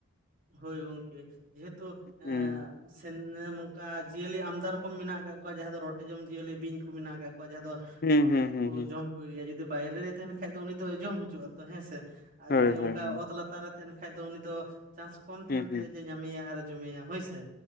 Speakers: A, on the right; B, on the left.
A: ᱦᱳᱭ ᱜᱚᱝᱠᱮ ᱡᱮᱦᱮᱛᱩ ᱦᱮᱸᱻ
B: ᱦᱩᱸ
A: ᱼᱼ ᱥᱮᱱ ᱱᱚᱝᱠᱟ ᱡᱤᱭᱟᱹᱞᱤ ᱟᱢᱫᱟ ᱨᱚᱠᱚᱢ ᱢᱮᱱᱟᱜ ᱟᱠᱟᱫ ᱠᱚᱣᱟ ᱡᱟᱦᱟᱸ ᱫᱚ ᱨᱚᱴᱮ ᱡᱚᱢ ᱡᱤᱭᱟᱹᱞᱤ ᱵᱤᱧ ᱠᱚ ᱢᱮᱱᱟᱜ ᱟᱠᱟᱫ ᱠᱚᱣᱟ ᱡᱟᱦᱟᱸ ᱫᱚᱼᱼ
B: ᱦᱩᱸ
A: ᱨᱚᱴᱮ
B: ᱦᱩᱸ
A: ᱠᱚ
B: ᱦᱩᱸ ᱦᱩᱸ
A: ᱡᱚᱢ ᱠᱚ ᱜᱮᱭᱟ ᱡᱩᱫᱤ ᱵᱟᱭᱨᱮ ᱨᱮᱭ ᱛᱟᱦᱮᱱ ᱠᱷᱟᱡ ᱫᱚ ᱩᱱᱤ ᱫᱚ ᱡᱚᱢ ᱦᱚᱪᱚᱼᱟ ᱛᱚ ᱦᱮᱸᱥᱮ ᱟᱨ
B: ᱦᱳᱭ
A: ᱡᱩᱫᱤ
B: ᱦᱳᱭ
A: ᱚᱱᱠᱟ
B: ᱦᱳᱭ
A: ᱚᱛ ᱞᱟᱛᱟᱨ ᱨᱮ ᱛᱟᱦᱮᱱ ᱠᱷᱟᱡ ᱫᱚ ᱩᱱᱤ ᱫᱚ ᱪᱟᱱᱥ ᱠᱚᱢ ᱛᱟᱦᱮᱱ
B: ᱦᱩᱸ
A: ᱛᱟᱭ
B: ᱦᱩᱸ
A: ᱡᱮ ᱧᱟᱢᱮᱭᱟ ᱟᱨᱼᱼ ᱡᱚᱢᱮᱭᱟ ᱦᱳᱭ ᱥᱮ᱾